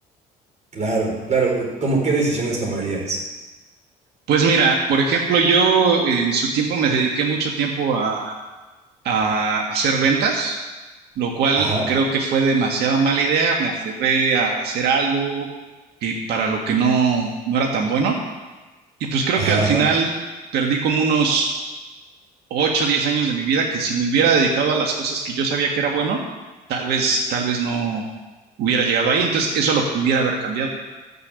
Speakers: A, on the right; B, on the right.
A: claro, claro. eh, ¿Cómo qué decisiones tomarías?
B: Pues mira, por ejemplo, yo en su tiempo me dediqué mucho tiempo a, a hacer ventas, lo cual
A: Ajá,
B: creo que fue demasiada mala idea. Me aferré a hacer algo que para lo que no, no era tan bueno. Y pues creo
A: ajá,
B: que al
A: ajá.
B: final perdí como unos 8 o 10 años de mi vida que si me hubiera dedicado a las cosas que yo sabía que era bueno, tal vez, tal vez no hubiera llegado ahí. Entonces eso lo pudiera haber cambiado.